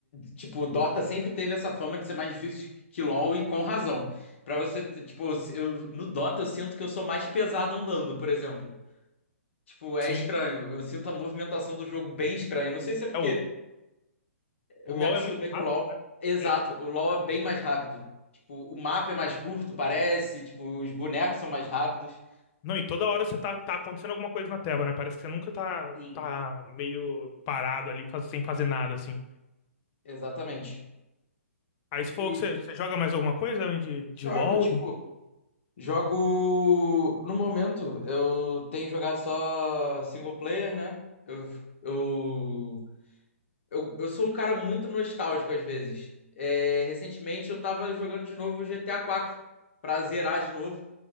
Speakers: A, on the left; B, on the left.
A: Tipo, o Dota sempre teve essa fama de ser mais difícil que LoL e com razão. Pra você, t- tipo, eu, no Dota eu sinto que eu sou mais pesado andando, por exemplo. Tipo, é
B: Sim,
A: estranho. Eu sinto a movimentação do jogo bem estranha. Não sei se é porque
B: é, o,
A: Eu
B: o
A: me
B: LoL
A: acostumei
B: é muito
A: com
B: rápido,
A: o LoL.
B: né?
A: Exato,
B: É.
A: o LoL é bem mais rápido. Tipo, o mapa é mais curto, parece. Tipo, os bonecos são mais rápidos.
B: Não, e toda hora você tá, tá acontecendo alguma coisa na tela, né? Parece que você nunca tá,
A: Sim.
B: tá meio parado ali, faz- sem fazer nada, assim.
A: Exatamente.
B: Aí você falou
A: E
B: que você, você joga mais alguma coisa além de, de
A: jogo,
B: LoL?
A: tipo,
B: e-
A: jogo. No momento, eu tenho jogado só single player, né? Eu, eu, eu, eu sou um cara muito nostálgico às vezes. É, recentemente eu tava jogando de novo o GTA 4 pra zerar de novo.